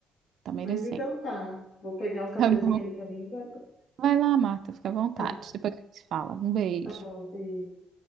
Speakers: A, on the right (about 70°); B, on the left (about 55°).
A: Tá merecendo.
B: Mas então tá. Vou pegar um cafezinho
A: Tá bom?
B: ali pra mim, Bárbara.
A: Vai lá, Marta, fica à vontade.
B: Tá,
A: Depois a gente se fala. Um beijo.
B: tá bom, beijo.